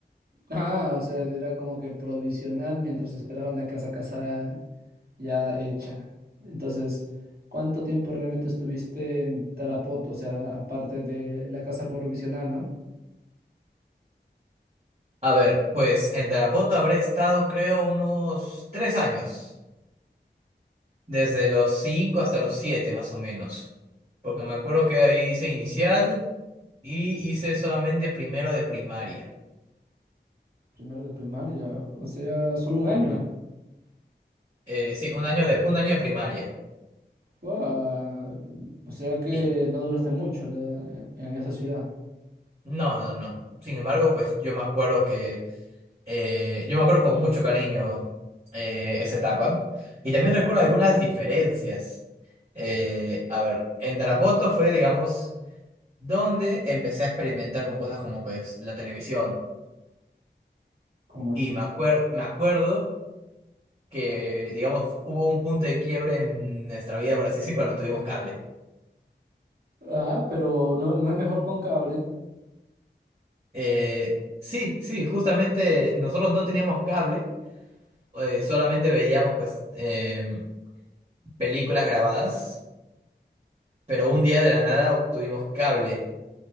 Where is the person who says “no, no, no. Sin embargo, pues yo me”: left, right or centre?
Right